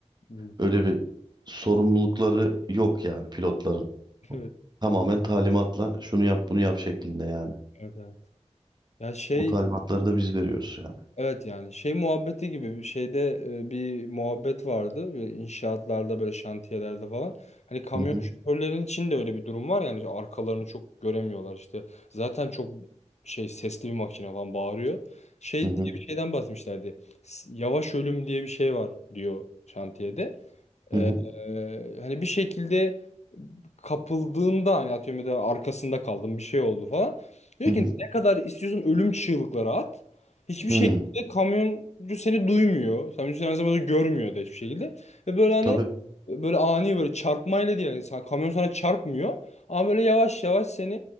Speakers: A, on the left (about 70°); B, on the right (about 40°).
A: Mümkün.
B: Öyle bir sorumlulukları yok yani pilotların.
A: <laughs> Evet,
B: Tamamen talimatla şunu yap bunu yap şeklinde yani.
A: evet, evet. Ya şey,
B: O talimatları da biz veriyoruz yani.
A: evet yani şey muhabbeti gibi bir şeyde e, bir muhabbet vardı Böyle inşaatlarda böyle şantiyelerde falan. Hani kamyon
B: Hı hı
A: şoförlerin için de öyle bir durum var yani arkalarını çok göremiyorlar işte. Zaten çok şey sesli bir makine falan bağırıyor. Şey
B: hı
A: diye bir şeyden bahsetmişlerdi. S- Yavaş ölüm diye bir şey var diyor şantiyede. Ee,
B: hı hı
A: hani bir şekilde kapıldığında hani atıyorum ya da arkasında kaldım bir şey oldu falan. Diyor
B: hı hı.
A: ki ne kadar istiyorsun ölüm çığlıkları at. Hiçbir
B: hı.
A: şekilde
B: Hı,
A: kamyoncu seni duymuyor. Kamyoncu seni aynı zamanda görmüyor da hiçbir şekilde. Ve böyle hani
B: Tabii
A: böyle ani böyle çarpmayla değil. Yani sen- kamyon sana çarpmıyor. Ama böyle yavaş yavaş seni